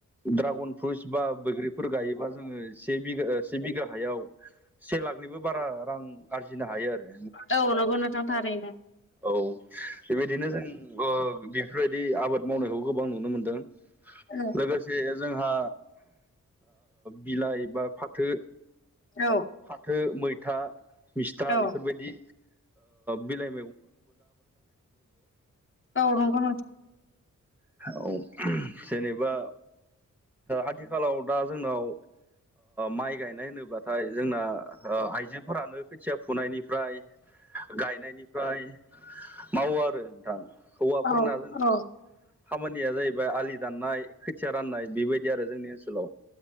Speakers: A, in the centre; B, on the left.
A: ड्रागन फ्रुइट्स बा बैग्रिफोर गायोबा जोङो से बिघा से बिघा हायाव से लाखनिबो बारा रां आरजिनो हायो आरो
B: औ नंगौ नोंथां थारैनो
A: औ बेबायदिनो जों बेफोरबायदि आबाद मावनायखौ गोबां नुनो मोनदों
B: औ
A: लोगोसे जोंहा बिलाइ बा फाथो
B: औ
A: फाथो मैथा मिस्था
B: औ
A: बेफोरबायदि बिलाइ
B: औ नंगौ
A: औ जेनेबा आथिखालाव दा जोंनाव माइ गायनाय होनोब्ला नाथाय जोंना आइजोफोरानो खोथिया फुनायनिफ्रायश्र गायनायनिफ्राय मावो आरो नोंथां हौवाफोरना
B: औ
A: जोंना खामानिया जाहैबाय आलि दाननाय खोथिया राननाय बेबायदि आरो जोंनि ओनसोलाव